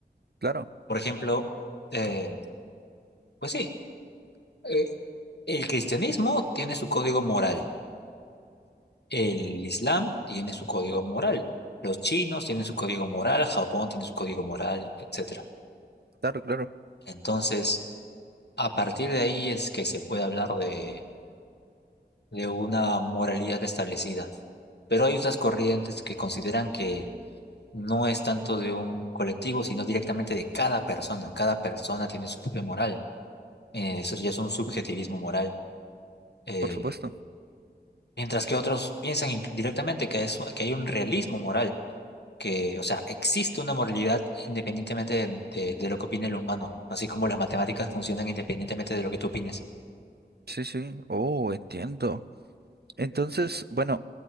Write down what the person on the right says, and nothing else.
claro,
claro, claro,
por supuesto.
Sí, sí, oh, entiendo. Entonces, bueno.